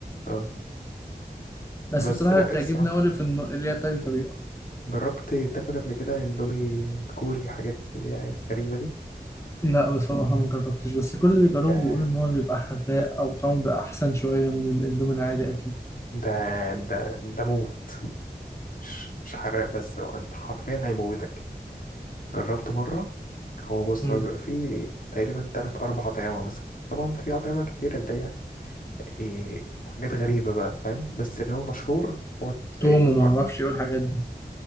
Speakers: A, on the left (about 55°); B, on the left (about 15°).
A: اه
B: بس
A: بس
B: بصراحة
A: لا
B: بتعجبني
A: الصراحة
B: أوي اللي في الن- اللي هي تاني طريقة
A: جربت تاكل قبل كده اندومي كوري حاجات اللي هي غريبة دي
B: لا بصراحة ما جربتش بس كل اللي بيجربه
A: ياه
B: بيقول إن هو بيبقى حراق أو طعمه بيبقى أحسن شوية من الإندومي العادي أكيد
A: ده ده ده موت مش مش حراق بس هو انت حرفيا هيموتك جربته مرة هو بص
B: مم.
A: هو بيبقى فيه تقريبا تلات أربع أطعمة مثلا طبعا في أطعمة كتير اللي هي إيه حاجات غريبة بقى فاهم بس اللي هو مشهور هو
B: توم
A: إيه
B: وما أعرفش إيه والحاجات دي